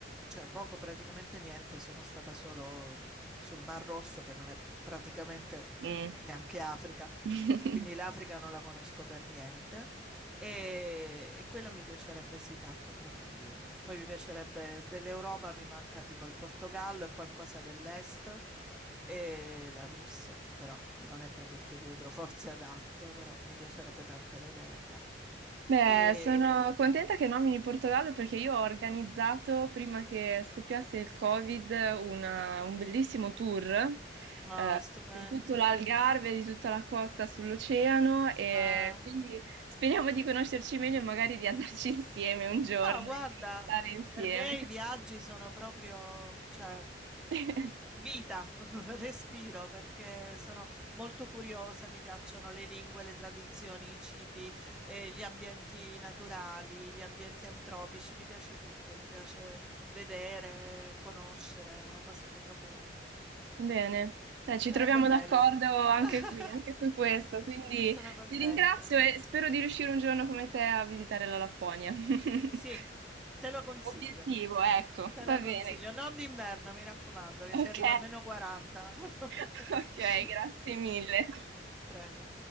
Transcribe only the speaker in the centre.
Cioè, poco, praticamente niente. Sono stata solo sul Mar Rosso, che non è praticamente
neanche Africa.
Quindi l'Africa non la conosco per niente. E, e quella mi piacerebbe sì tanto approfondire. Poi mi piacerebbe dell'Europa, mi manca tipo il Portogallo e qualcosa dell'Est e la Russia, però non è proprio il periodo <laughs> forse adatto, però mi piacerebbe tanto vederla.
E
no,
stupendo.
Eh, no,
guarda,
per me i viaggi sono proprio, cioè,
Vita, <laughs> respiro perché sono molto curiosa, mi piacciono le lingue, le tradizioni, i cibi, eh, gli ambienti naturali, gli ambienti antropici, mi piace tutto, mi piace vedere, conoscere, è una cosa che proprio mi...
sarebbe
bello. <laughs>
Sono contenta.
Sì, te lo consiglio,
te
lo
consiglio. Non d'inverno, mi raccomando, che
si arriva a meno 40. <laughs>
Prego.